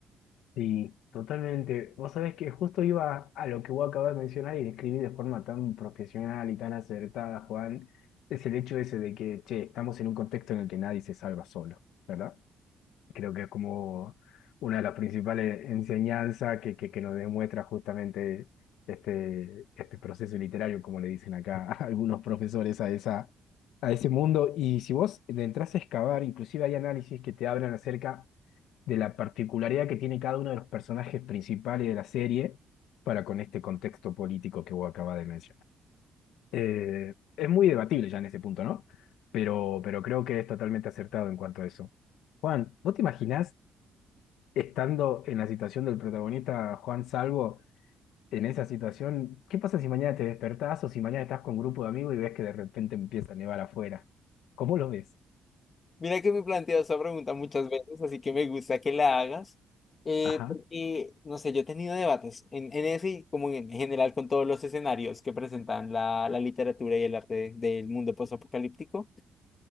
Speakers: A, on the left (about 80°); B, on the left (about 40°).
A: Sí, totalmente. Vos sabés que justo iba a lo que vos acabas de mencionar y describí de forma tan profesional y tan acertada, Juan, es el hecho ese de que, che, estamos en un contexto en el que nadie se salva solo, ¿verdad? Creo que es como una de las principales enseñanzas que, que, que nos demuestra justamente este, este proceso literario, como le dicen acá <laughs> a algunos profesores a esa, a ese mundo. Y si vos le entras a excavar, inclusive hay análisis que te hablan acerca de la particularidad que tiene cada uno de los personajes principales de la serie para con este contexto político que vos acabas de mencionar. Eh, es muy debatible ya en este punto, ¿no? Pero, pero creo que es totalmente acertado en cuanto a eso. Juan, ¿vos te imaginás estando en la situación del protagonista Juan Salvo, en esa situación? ¿Qué pasa si mañana te despertás o si mañana estás con un grupo de amigos y ves que de repente empieza a nevar afuera? ¿Cómo lo ves?
B: Mira que me he planteado esa pregunta muchas veces, así que me gusta que la hagas, eh,
A: Ajá,
B: porque, no sé, yo he tenido debates en, en ese y como en general con todos los escenarios que presentan la, la literatura y el arte del mundo postapocalíptico.